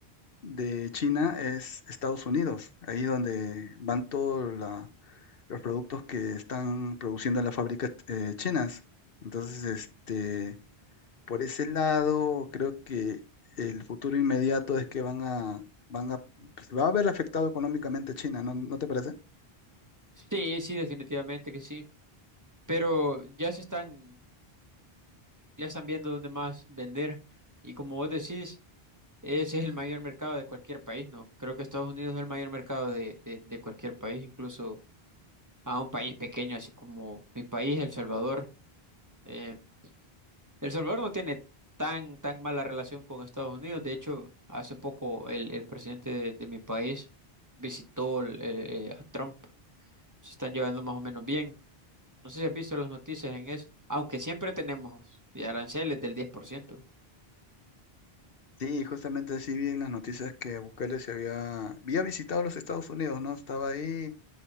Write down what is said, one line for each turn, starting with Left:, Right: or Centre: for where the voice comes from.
Left: de China es Estados Unidos, ahí donde van todos la- los productos que están produciendo las fábricas eh, chinas. Entonces, este... Por ese lado, creo que el futuro inmediato es que van a, van a, se va a ver afectado económicamente China, ¿no, no te parece?
Right: Sí, sí, definitivamente que sí. Pero ya se están ya están viendo dónde más vender. Y como vos decís, ese es el mayor mercado de cualquier país, ¿no? Creo que Estados Unidos es el mayor mercado de, de- de cualquier país, incluso a un país pequeño, así como mi país, El Salvador. Eh, El Salvador no tiene tan, tan mala relación con Estados Unidos. De hecho, hace poco el, el presidente de, de mi país visitó el- el- eh, a Trump. Se están llevando más o menos bien. No sé si has visto las noticias en eso, aunque siempre tenemos aranceles del 10%.
Left: Sí, justamente sí vi en las noticias que Bukele se había, había visitado los Estados Unidos, ¿no? Estaba ahí,